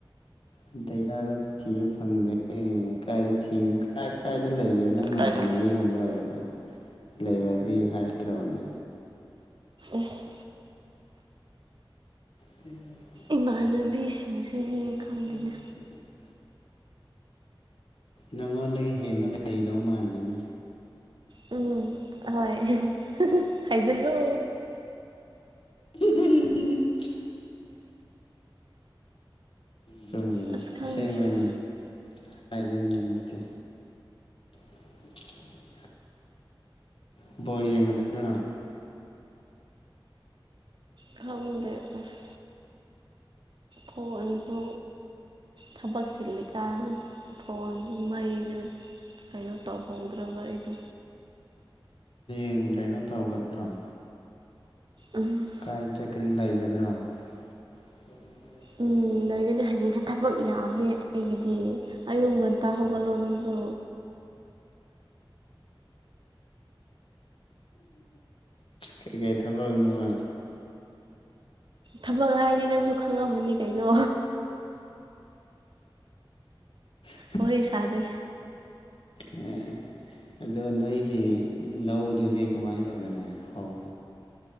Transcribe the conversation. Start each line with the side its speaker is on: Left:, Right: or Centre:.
Left: ꯅꯥꯇꯩ ꯆꯥꯕ ꯊꯤꯕ ꯐꯪꯗ꯭ꯔꯦ ꯀꯥꯏꯗ ꯊꯤꯅ ꯀꯥꯏ ꯀꯥꯏꯗ ꯂꯩꯒꯦ ꯅꯪ ꯅꯃꯥꯟꯅꯕꯤꯒꯨꯝꯕ
Right: ꯀꯥꯏꯗ
Left: ꯂꯩꯔꯕ ꯂꯩꯔꯗꯤ ꯍꯥꯏꯕꯤꯔꯛꯑꯣꯅꯦ
Right: ꯏꯁ
Left: ꯇꯤꯝꯁ
Right: ꯏꯃꯥꯟꯅꯕꯤꯁꯤꯡꯁꯤꯗꯤ ꯈꯪꯗꯦꯅꯦ
Left: <unintelligible> ꯅꯉꯣꯟꯗꯩ ꯍꯦꯟꯕ ꯂꯩꯗꯧ ꯃꯥꯟꯗꯦꯅꯦ
Right: ꯎꯝ ꯍꯣꯏ ꯍꯥꯏꯖꯤꯜꯂꯨ
Left: <unintelligible> ꯆꯨꯝꯕꯅꯤ
Right: ꯑꯁ ꯈꯪꯗ꯭ꯔꯦꯗ
Left: ꯑꯁꯦꯡꯕꯅꯤ ꯍꯥꯏꯖꯤꯟꯕ ꯅꯠꯇꯦ <unintelligible> ꯕꯣꯜ ꯌꯦꯡꯉꯗꯨꯏꯔ
Right: ꯈꯪꯗꯦ ꯑꯁ ꯐꯣꯟꯁꯨ ꯊꯕꯛ ꯆꯤꯜꯂꯤꯀꯥꯟ ꯐꯣꯟꯁꯨ ꯃꯩꯁꯨ ꯀꯩꯅꯣ ꯇꯧꯍꯧꯗ꯭ꯔꯕ ꯑꯩꯗꯣ꯫
Left: ꯎꯝ ꯀꯩꯅꯣ ꯇꯧꯒꯗ꯭ꯔꯣ?
Right: ꯎꯝ
Left: ꯀꯥꯏ ꯆꯠꯀꯅꯤ ꯂꯩꯒꯗ꯭ꯔꯣ? <inaudible>
Right: ꯎꯝ ꯂꯩꯒꯅꯤ ꯍꯌꯦꯡꯁꯦ ꯊꯕꯛ ꯌꯥꯝꯃꯦ ꯑꯩꯒꯤꯗꯤ꯫ ꯑꯌꯨꯛ ꯉꯟꯇ ꯍꯧꯒꯜꯂꯣ ꯅꯪꯁꯨ꯫
Left: ꯀꯩꯀꯩ ꯊꯕꯛꯅꯣꯅ?
Right: ꯊꯕꯛ ꯍꯥꯏꯔꯗꯤ ꯅꯪꯁꯨ ꯈꯪꯉꯝꯃꯅꯤ ꯀꯩꯅꯣ꯫
Left: ꯎꯝ
Right: ꯋꯥꯔꯤ ꯁꯥꯥꯁꯦ꯫
Left: ꯑꯦ ꯑꯗꯣ ꯅꯣꯏꯒꯤ ꯂꯧꯗꯨꯗꯤ ꯀꯃꯥꯏꯅ ꯇꯧꯔꯒꯦ ꯍꯧ